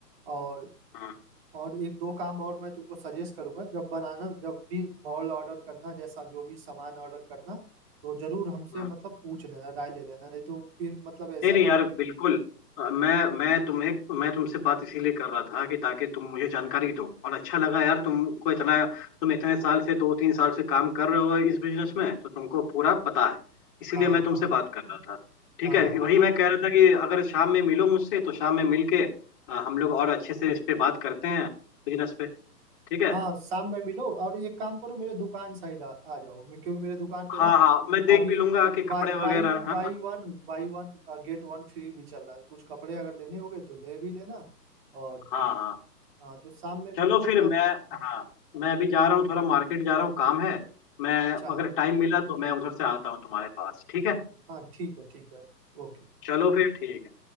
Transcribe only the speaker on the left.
हम्म,
हम्म।
नहीं नहीं
यार
बिल्कुल अ, मैं मैं तुम्हें मैं तुमसे बात इसीलिए कर रहा था कि ताकि तुम मुझे जानकारी दो और अच्छा लगा यार तुमको इतना तुम इतने साल से दो तीन साल से काम कर रहे हो इस बिजनेस में तो तुमको पूरा पता है इसीलिए
मैं तुमसे
बात कर रहा था ठीक
है वही मैं कह रहा था कि अगर शाम में मिलो मुझसे तो शाम में मिल के अ, हम लोग और अच्छे से इस पे बात करते हैं बिजनेस पे ठीक है
हाँ
हाँ मैं देख
भी लूंगा कि कपड़े
वगैरह
है ना
हाँ हाँ
चलो फिर
मैं हाँ मैं अभी जा रहा हूँ थोड़ा मार्केट जा रहा हूँ काम है मैं
अगर टाइम मिला तो मैं उधर से आता हूँ तुम्हारे पास ठीक है
चलो फिर ठीक है